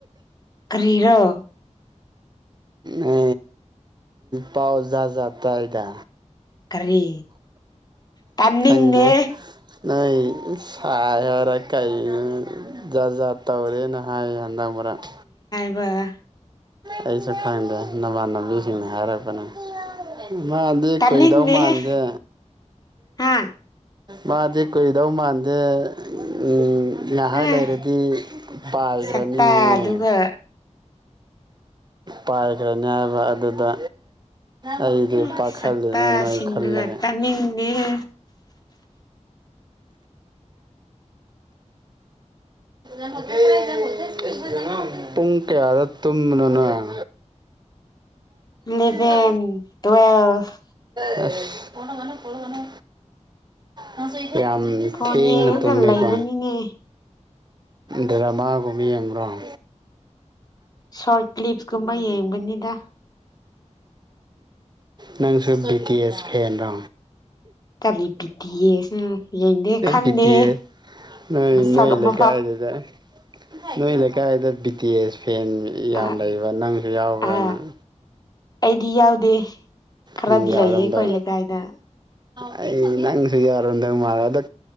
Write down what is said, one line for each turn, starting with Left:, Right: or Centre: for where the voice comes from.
Left: ꯀꯔꯤꯔꯣ
Right: ꯍ ꯄꯥꯎꯖꯖꯥ ꯇꯥꯏꯗ
Left: ꯀꯔꯤ ꯇꯥꯅꯤꯡꯗꯦ
Right: ꯈꯪꯗꯦ ꯅꯣꯏ ꯁꯥꯏ ꯌꯥꯔ ꯀꯥꯏ ꯖꯥꯠ ꯖꯥꯠ ꯇꯧꯔꯦꯅ ꯍꯥꯏꯌꯦ ꯍꯟꯗꯛ ꯃꯔꯔꯛ
Left: ꯋꯥ
Right: ꯑꯩꯁꯨ ꯈꯪꯗꯦ ꯅꯃꯥꯟꯅꯕꯤꯁꯤꯡꯅ ꯍꯥꯏꯔꯛꯄꯅ ꯃꯥꯗꯤ
Left: ꯇꯥꯅꯤꯡꯗꯦꯍꯦ
Right: ꯀꯨꯏꯗꯧ ꯃꯥꯟꯗꯦ
Left: ꯍꯥ
Right: ꯃꯥꯗꯤ ꯀꯨꯏꯗꯧ ꯃꯥꯟꯗꯦ ꯎ ꯉꯥꯏꯍꯥꯛ
Left: ꯎꯝ
Right: ꯂꯩꯔꯗꯤ ꯄꯥꯏꯈ꯭ꯔꯅꯤꯌꯦ
Left: ꯁꯛꯇꯥ ꯑꯗꯨꯒ
Right: ꯄꯥꯏꯈꯔꯦ ꯅꯤꯥꯏꯕ ꯑꯗꯨꯗ ꯑꯩꯗꯤ
Left: ꯎꯝ
Right: ꯄꯥꯈꯜꯂꯤꯅꯦ
Left: ꯁꯛꯇꯥꯁꯤꯡꯗꯨꯒ
Right: ꯅ ꯑꯩ ꯈꯜꯂꯒꯦ
Left: ꯇꯥꯅꯤꯡꯗꯦꯍꯦ
Right: ꯎꯝ ꯄꯨꯡ ꯀꯌꯥꯗ ꯇꯨꯝꯅꯅ
Left: ꯏꯂꯚꯦꯟ
Right: ꯆ
Left: ꯇꯨꯋꯦꯜꯐ
Right: ꯑ ꯐꯅꯒꯅ ꯀꯒꯅ ꯍꯁ ꯌꯥꯝ
Left: ꯐꯣꯟ
Right: ꯊꯦꯡꯅ
Left: ꯌꯦꯡꯉꯒ
Right: ꯇꯨꯝꯃꯦꯀꯣ
Left: ꯂꯩꯕꯅꯤꯅꯦ
Right: ꯗ꯭ꯔꯃꯥꯒꯨꯃꯤ ꯍꯦꯝ꯭ꯔꯝ
Left: ꯁꯣꯔꯠ ꯀ꯭ꯂꯤꯞꯁꯀꯨꯝꯕ ꯌꯦꯡꯕꯅꯤꯗ
Right: ꯅꯪꯁꯨ ꯕꯤ ꯇꯤ ꯑꯦꯁ ꯐꯦꯟꯗꯣ
Left: ꯀꯔꯤ ꯄꯕꯤꯇꯌꯦꯁꯤꯅ ꯌꯦꯡꯗꯦ ꯈꯪꯗꯦ
Right: ꯕꯤ ꯇꯤ ꯑꯦ ꯅꯣꯏ
Left: ꯃꯁꯛ
Right: ꯅꯣꯏ
Left: ꯑꯃ
Right: ꯂꯩꯀꯥꯏꯗꯨꯗ ꯅꯣꯏ ꯂꯩꯀꯥꯏꯗꯨꯗ ꯕꯤ ꯇꯤ ꯑꯦꯁ ꯐꯦꯟ ꯌꯥꯝ
Left: ꯑ
Right: ꯂꯩꯕ ꯅꯪꯁꯨ ꯌꯥꯎꯕ꯭ꯔꯥ
Left: ꯑ
Right: ꯅꯪ
Left: ꯑꯩꯗꯤ ꯌꯥꯎꯗꯦ ꯈꯔꯗꯤ
Right: ꯅꯪ ꯌꯥꯎꯔꯝꯗꯧ
Left: ꯂꯩꯌꯦ ꯑꯩꯈꯣꯏ ꯂꯩꯀꯥꯏꯗ
Right: ꯑꯩ ꯅꯪꯁꯨꯨ ꯑꯔꯗꯒ ꯃꯥꯔ ꯑꯗꯨꯗ